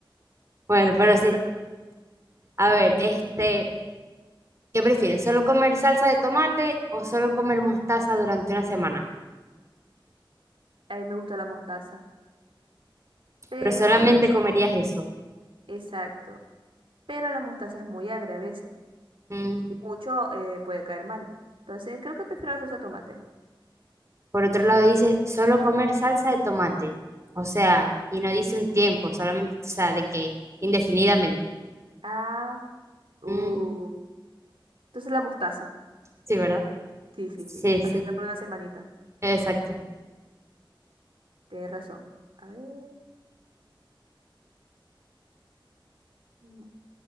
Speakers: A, on the right; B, on the right.
A: Bueno, pero
B: Ahora me
A: sí.
B: toca esto a mí.
A: A ver, este, ¿qué prefieres? ¿Solo comer salsa de tomate o solo comer mostaza durante una semana?
B: A mí me gusta la mostaza. Pero,
A: Pero solamente comerías eso.
B: exacto. Pero la mostaza es muy agria a veces.
A: Mm,
B: y mucho eh, puede caer mal. Entonces, creo que prefiero la salsa de tomate.
A: Por otro lado dice, solo comer salsa de tomate. O sea, y no dice un tiempo, solamente, o sea, de que indefinidamente.
B: Ah, uh.
A: Mm,
B: Entonces la mostaza.
A: Sí, ¿verdad?
B: Sí, sí,
A: Sí,
B: sí.
A: sí,
B: Aunque sea por una semanita.
A: exacto.
B: Tienes razón. A ver, mm,